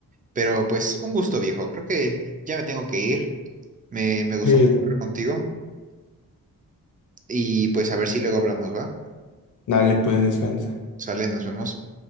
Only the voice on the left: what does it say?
Sí,
yo.
Dale, pues descansa.